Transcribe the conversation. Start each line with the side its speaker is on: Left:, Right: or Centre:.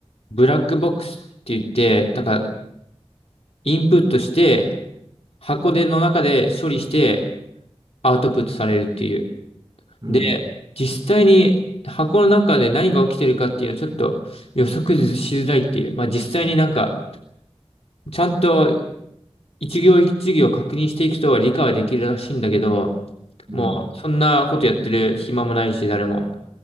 Left: ブラックボックスって言って、だから、インプットして、箱での中で処理してアウトプットされるっていう。
Right: うん、
Left: で、実際に箱の中で何が起きてるかっていうのはちょっと予測しづらいっていう。まあ実際になんか、ちゃんと一行一行確認していくと理解はできるらしいんだけど、
Right: うん、
Left: もうそんなことやってる暇もないし、誰も。